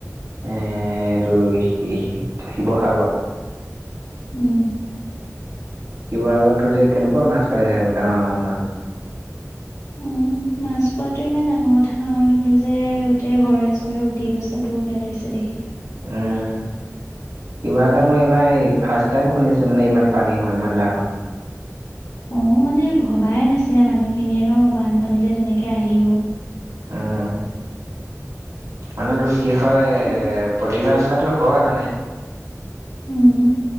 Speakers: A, on the right; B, on the left.
A: এ এইটো শি শি শিৱসাগৰত।
B: উম।
A: শিৱসাগৰত টো যে কেনেকুৱা মাছ পাই থাকোঁ ডাঙৰ ডাঙৰ মাছ।
B: উম, মাছ পোৱাটো ইমান ডাঙৰ কথা নহয় কিন্তু যে গোটেই ঘৰে চৰে উটি গৈছে বৰ বেয়া লাগিছে দেখি।
A: উম। শিৱসাগত মই এইবাৰ ফাৰ্ষ্ট টাইম শুনিছো মানে ইমান পানী হোৱা ইমান ডাঙৰ।
B: অ মানে ভবাই নাছিলে মানুহখিনিয়ে ন বানপানী যে তেনেকে আহিব।
A: উম। মানে তোৰ কি হয়
B: তে
A: এ প্ৰতিবাৰে মানেটো হয় মানে।
B: উম।